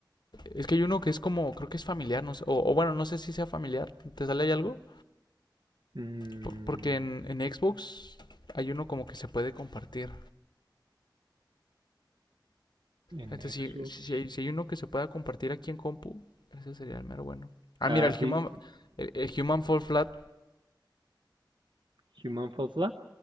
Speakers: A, on the left; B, on the right.
A: Es que hay uno que es como, creo que es familiar, no sé, o, o bueno, no sé si sea familiar. ¿Te sale ahí algo?
B: Mm,
A: Por- porque en, en Xbox hay uno como que se puede compartir.
B: en
A: Entonces, si,
B: Xbox.
A: si, si hay, si hay uno que se pueda compartir aquí en compu, ese sería el mero bueno. Ah,
B: Ah,
A: mira, el
B: sí.
A: Human, el, el Human Fall Flat,
B: Human Fall Flat.